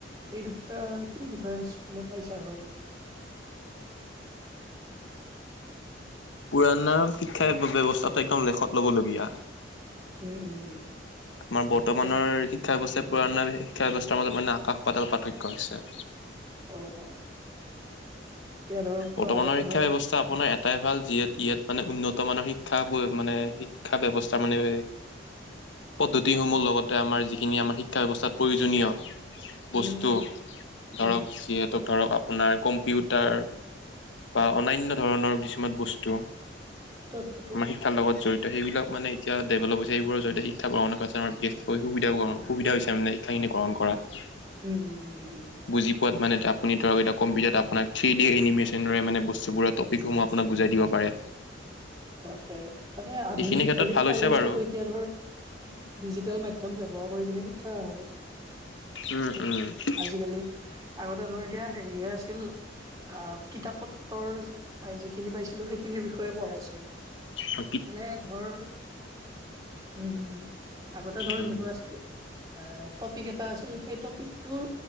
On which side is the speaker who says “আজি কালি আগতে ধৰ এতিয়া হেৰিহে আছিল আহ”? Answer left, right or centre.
Right